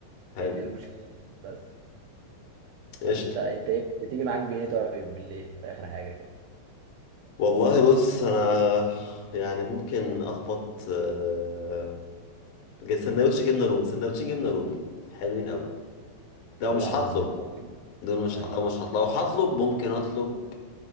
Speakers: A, on the left (about 75°); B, on the right (about 80°).
A: حلو
B: هي دي المشكلة يعني، بس
A: قشطة
B: فأنت أنت إيه بتيجي معاك بإيه طيب بالليل في آخر حاجة كده
A: والله بص انا يعني ممكن اخبط آه، جي- سندوتش جبنة رومي سندوتشين جبنة رومي حلوين قوي
B: دول
A: لو مش
B: عظمة
A: هطلب
B: بالنسبة لك يعني؟
A: دول مش
B: أيوه
A: ه- لو مش هطلب لو هطلب ممكن اطلب